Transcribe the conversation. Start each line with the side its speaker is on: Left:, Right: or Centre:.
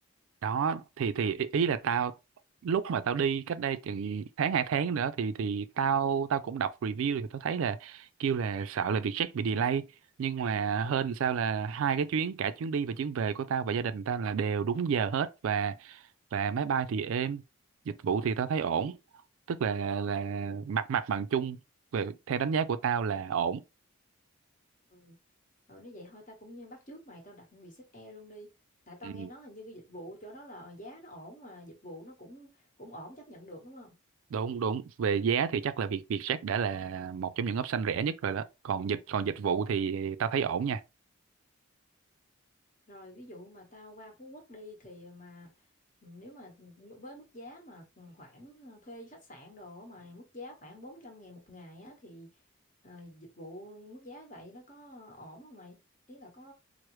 Right: đó thì thì ý ý là tao lúc mà tao đi cách đây chừng tháng hai tháng nữa thì thì tao tao cũng đọc review thì tao thấy là kêu là sợ là Vietjet bị delay nhưng mà hên sao là hai cái chuyến cả chuyến đi và chuyến về của tao và gia đình tao là đều đúng giờ hết và và máy bay thì êm dịch vụ thì tao thấy ổn tức là là mặt mặt bằng chung về theo đánh giá của tao là ổn
Left: ừ ừ nếu vậy thôi tao cũng như bắt chước mày tao đặt Vietjet Air luôn đi tại tao
Right: Ừ.
Left: nghe nói hình như cái dịch vụ chỗ đó là giá nó ổn mà dịch vụ nó cũng cũng ổn chấp nhận được đúng không
Right: đúng đúng về giá thì chắc là việc Vietjet đã là một trong những option rẻ nhất rồi đó còn dịch còn dịch vụ thì tao thấy ổn nha
Left: rồi ví dụ mà tao qua Phú Quốc đi thì mà ừ, nếu mà với mức giá mà khoảng ờ, thuê khách sạn đồ á mà mức giá khoảng 400 ngàn một ngày á thì ờ, dịch vụ mức giá vậy nó có ổn không mày? Ý là có